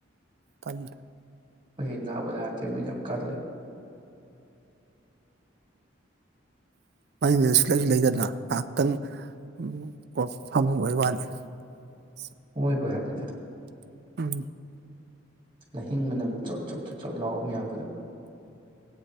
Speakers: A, on the right; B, on the right.
A: <unintelligible>
B: <unintelligible> ꯅꯥꯕꯨ ꯅꯥꯗꯦꯗ ꯌꯥꯝ ꯀꯜꯂꯦ
A: <unintelligible> <unintelligible> <inaudible>
B: <unintelligible>
A: <unintelligible>
B: <unintelligible> <unintelligible> <unintelligible>